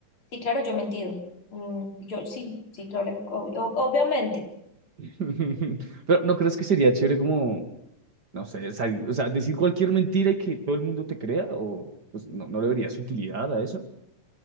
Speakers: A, on the left; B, on the right.
A: sí, claro, yo he mentido. Mm, Yo sí, sí, claro, ob- ob- obviamente.
B: <laughs> Pero ¿no crees que sería chévere como, no sé, sal- o sea, decir cualquier mentira y que todo el mundo te crea? ¿O pues, no, no le verías utilidad a eso?